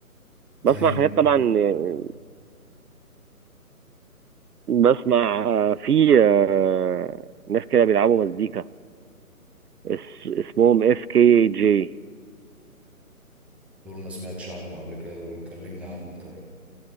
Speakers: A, on the right (about 80°); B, in the centre.
A: بسمع
B: زي
A: حاجات
B: مين؟
A: طبعا يعني بسمع آه، في آه، ناس كده بيلعبوا مزيكا اس... اسمهم اف كي جي
B: دول ما سمعتش عنهم قبل كده دول كلمني عنهم طيب